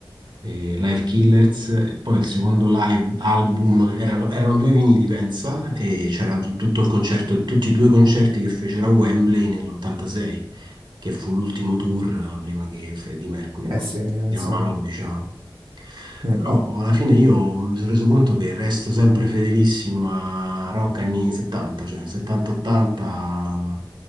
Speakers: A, on the right; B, on the right.
A: eh, Live Killers e poi il secondo live album erano, erano due vinili, pensa, e c'era tu- tutto il concerto, tutti i due concerti che fecero a Wembley nell'86, che fu l'ultimo tour eh, prima che Freddie Mercury
B: Eh
A: poi
B: sì, insomma.
A: si ammalò, diciamo.
B: Mm,
A: Però
B: mm.
A: alla fine io mi sono reso conto che resto sempre fedelissimo a rock anni 70, cioè 70-80,